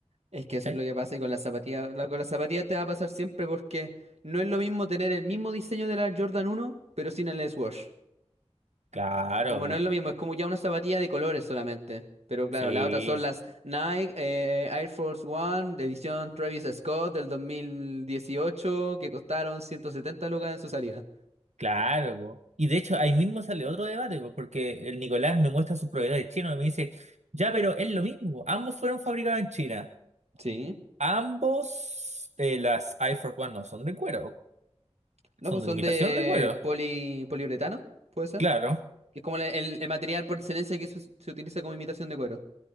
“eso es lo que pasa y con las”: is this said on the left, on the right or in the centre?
Right